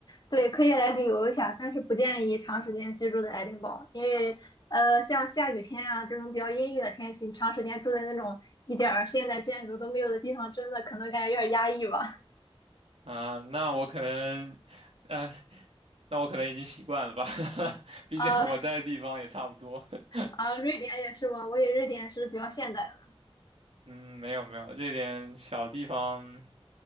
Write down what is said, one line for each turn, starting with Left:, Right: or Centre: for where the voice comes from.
Left: 对，可以来旅游一下，但是不建议长时间居住在爱丁堡，因为呃，像下雨天啊这种比较阴郁的天气，你长时间住在那种一点儿现代建筑都没有的地方，真的可能感觉有点压抑吧。
Right: 啊，那我可能。呃，那我可能已经习惯了吧，<laughs> 毕竟我待的地方也差不多。
Left: 呃
Right: <laughs>
Left: 啊，瑞典也是吗？我以为瑞典是比较现代的。
Right: 嗯，没有没有，这点小地方，